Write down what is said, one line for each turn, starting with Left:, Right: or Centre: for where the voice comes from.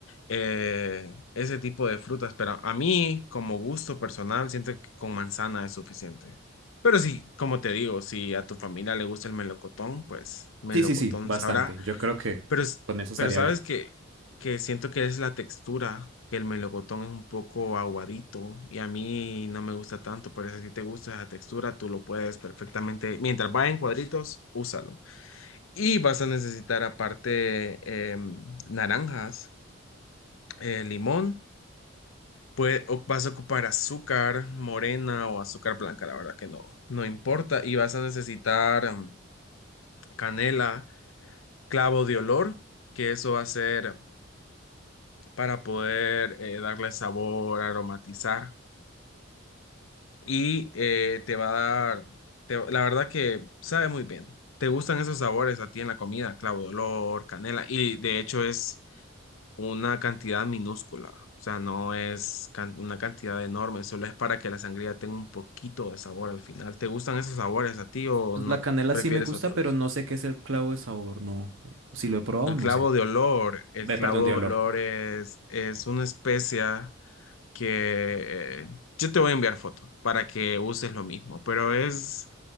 Left: eh, ese tipo de frutas, pero a mí, como gusto personal, siento que con manzana es suficiente. Pero sí, como te digo, si a tu familia le gusta el melocotón, pues melocotón
Right: Sí, sí, sí, bastante.
Left: sabrá.
Right: Yo creo que
Left: Pero, s-
Right: con eso estaría
Left: pero sabes
Right: bien.
Left: que, que siento que es la textura, que el melocotón es un poco aguadito y a mí no me gusta tanto, pero si a ti te gusta esa textura, tú lo puedes perfectamente. Mientras vaya en cuadritos, úsalo. Y vas a necesitar aparte em, naranjas, eh, limón, pues o- vas a ocupar azúcar morena o azúcar blanca, la verdad que no, no importa. Y vas a necesitar em, canela, clavo de olor, que eso va a ser para poder eh, darle sabor, aromatizar. Y eh, te va a dar, te- la verdad que sabe muy bien. Te gustan esos sabores a ti en la comida, clavo de olor, canela. Y de hecho es una cantidad minúscula, o sea, no es can- una cantidad enorme, solo es para que la sangría tenga un poquito de sabor al final. ¿Te gustan esos sabores a ti o
Right: Pues
Left: no
Right: la canela
Left: prefieres
Right: sí me gusta,
Left: otros?
Right: pero no sé qué es el clavo de sabor, no. Si lo he probado,
Left: El
Right: no
Left: clavo
Right: sé.
Left: de olor, el
Right: Ve,
Left: clavo
Right: perdón, de olor.
Left: de olor es, es una especia que eh, yo te voy a enviar foto para que uses lo mismo, pero es